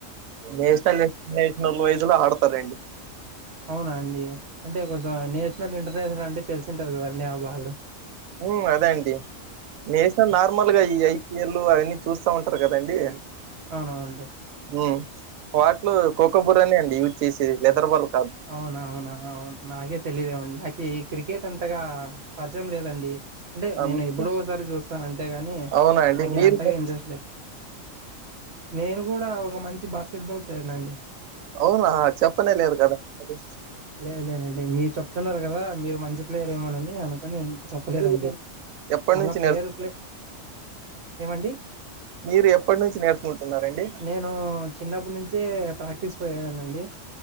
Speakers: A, on the right (about 85°); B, on the right (about 60°).
A: national international wise లో ఆడతారండి
B: అవునా అండి అంటే కొంచెం నేషనల్ ఇంటర్నేషనల్ అంటే తెలిసి ఉంటది గా అంటే వాళ్ళు
A: మ్ అదే అండి నేషనల నార్మల్గా ఈ ఐపిఎల్ ళ్ళు అవన్నీ చూస్తా ఉంటర్ కదండి
B: అవునా అండి
A: హ్మ్ వాట్లొ కోక బురానే అండి యూజ్ చేసది లెదర్ బల్
B: అవునా అవునా అవున్ నాకే తెలిదేమండ్ నాకె క్రికెట్ అంతగా పరిచయం లేదండి అంటె
A: ఆ,
B: నేన్
A: మీ-
B: ఎప్పుడో ఒక్సారి చూస్తాను అంతేగాని
A: అవునా అండి
B: నాక
A: మీరు
B: అంతగా ఇంట్రెస్ట్ లేద్ నేను గుడా ఒక మంచి బాస్కెట్ బాల్ ప్లేయర్ ని అండి
A: ఔనా చెప్పనే లేదు కదా అది
B: లేద్ లేదండి మీర్ చెప్తున్నారు కదా మీరు మంచి ప్లేయర్ ఏమొనని అనుకొని ఇంత చెప్పలేదండి
A: మీరు ఎప్పటి
B: మళ్ళ
A: నుంచి
B: ప్లేయరు
A: నేర్చుకు
B: ప్లే ఏమండి
A: మీరు ఎప్పటి నుంచి నేర్చుకుంటున్నారండి
B: నేను చిన్నప్పుట్ నుంచే ప్రాక్ ఈస్ పోయేనండి